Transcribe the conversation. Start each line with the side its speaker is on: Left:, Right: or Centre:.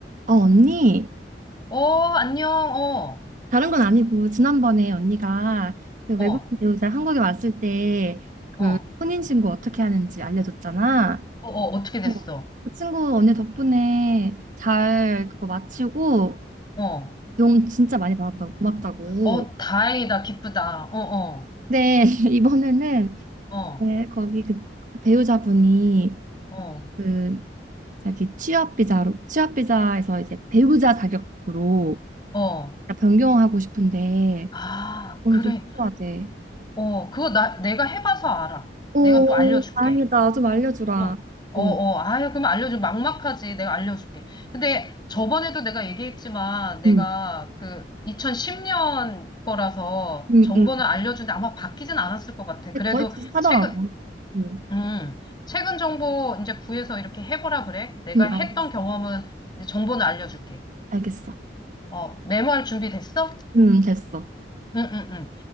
Right: 어, 언니,
Left: 어, 안녕, 어,
Right: 다른 건 아니고, 지난번에 언니가 그
Left: 어,
Right: 외국인
Left: 어,
Right: 배우자 한국에 왔을 때
Left: 어,
Right: 그 혼인신고 어떻게 하는지 알려줬잖아.
Left: 어, 어떻게 됐어?
Right: 어. 그 친구 언니 덕분에 잘 그거 마치고
Left: 어,
Right: 도움 진짜 많이 받았다고,
Left: 음.
Right: 고맙다고.
Left: 어, 다행이다, 기쁘다, 어, 어,
Right: 근데 <laughs> 이번에는
Left: 어,
Right: 네, 거기 그, 그 배우자분이
Left: 어,
Right: 그 자기 취업비자로, 취업비자에서 이제 배우자 자격으로
Left: 어, 어.
Right: 변경하고 싶은데
Left: 아,
Right: 몸이
Left: 그래,
Right: 좀 필요하대.
Left: 어, 그거 나, 내가 해봐서 알아.
Right: 오,
Left: 내가 또 알려줄게.
Right: 다행이다. 좀 알려주라.
Left: 어, 어,
Right: 어.
Left: 어, 아유, 그럼 알려줘. 막막하지. 내가 알려줄게. 근데 저번에도 내가 얘기했지만, 내가
Right: 음,
Left: 그 2010년 거라서
Right: 음,
Left: 정보는
Right: 음,
Left: 알려주는데 아마 바뀌진 않았을 것 같아.
Right: 근데
Left: 그래도
Right: 거의 비슷하더라고.
Left: 최근,
Right: 음,
Left: 음, 최근 정보 이제 구해서 이렇게 해보라 그래. 내가
Right: 음,
Left: 했던
Right: 알겠어.
Left: 경험은 이제 정보는 알려줄게.
Right: 알겠어.
Left: 어, 메모할 준비 됐어?
Right: 음, 됐어.
Left: 응, 응, 응.